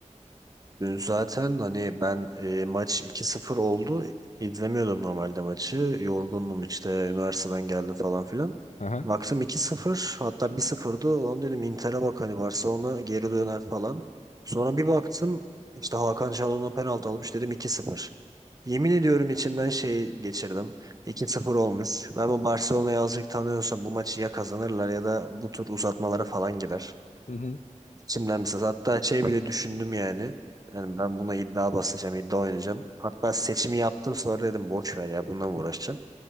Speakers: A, on the right (about 30°); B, on the left (about 65°).
A: dün zaten hani ben e, maç iki sıfır oldu. İzlemiyordum normalde maçı. Yorgundum işte üniversiteden geldim falan filan.
B: Aha.
A: Baktım iki sıfır hatta bir sıfırdı Onu dedim Inter'e bak hani Barcelona geri döner falan. Sonra bir baktım işte Hakan Çalhanoğlu penaltı almış dedim iki sıfır. Yemin ediyorum içimden şey geçirdim. iki sıfır olmuş. Ben bu Barcelona'yı azıcık tanıyorsam bu maçı ya kazanırlar ya da bu tur uzatmalara falan gider.
B: Hı hı.
A: İçimden bir ses. Hatta şey bile düşündüm yani. Yani ben buna iddia basacağım, iddia oynayacağım. Hatta seçimi yaptım sonra dedim boş ver ya bununla mı uğraşacağım.